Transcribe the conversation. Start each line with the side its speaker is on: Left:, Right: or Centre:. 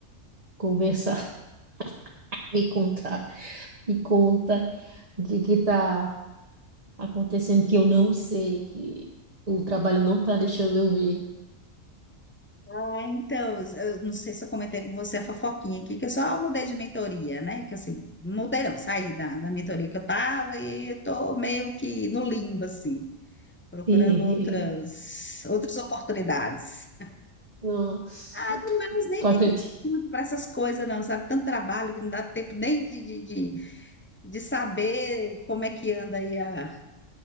Right: conversar, <laughs> me contar, me conta o que que tá acontecendo que eu não sei, que o trabalho não tá deixando eu ver.
Left: Ah, então, eu não sei se eu comentei com você a fofoquinha aqui, que eu só mudei de mentoria, né? Que assim, mudei não, saí da, da mentoria que eu tava e eu tô meio que no limbo, assim, procurando
Right: E,
Left: outras, outras oportunidades.
Right: <laughs> nossa,
Left: Mas, mas nem
Right: tu acredita?
Left: tem tempo para essas coisas, não, sabe? Tanto trabalho que não dá tempo nem de, de, de, de saber como é que anda aí a,